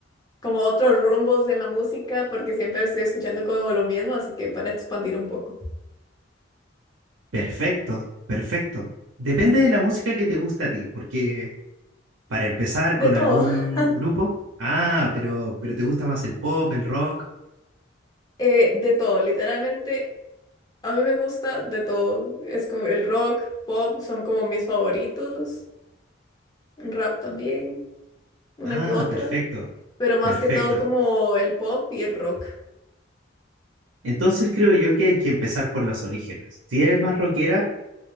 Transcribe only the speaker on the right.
Perfecto, perfecto. Depende de la música que te gusta a ti, porque para empezar
con
algún
grupo, ah, pero, pero te gusta más el pop, el rock.
Ah,
perfecto,
perfecto.
Entonces creo yo que hay que empezar por los orígenes. Si eres más rockera,